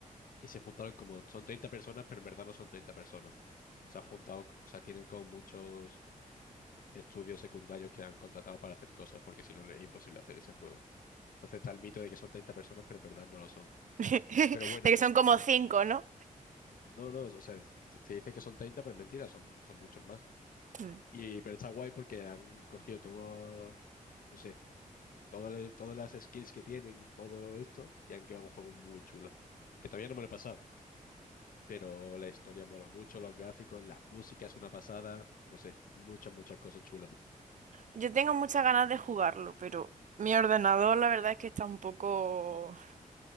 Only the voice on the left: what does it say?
Y se juntaron como, son 30 personas, pero en verdad no son 30 personas. Se han juntado, o sea, tienen como muchos estudios secundarios que han contratado para hacer cosas, porque si no es imposible hacer ese juego. Entonces está el mito de que son 30 personas, pero en verdad no lo son.
Pero bueno,
no, no, o sea, es- se dice que son 30 pero es mentira, son, son muchos más.
Y, pero está guay porque han cogido todo, no sé, todo, le- todas las skills que tienen y todo esto, y han quedado un juego muy chulo. Que todavía no me lo he pasado. pero la historia mola mucho, los gráficos, la música es una pasada, no sé, muchas, muchas cosas chulas.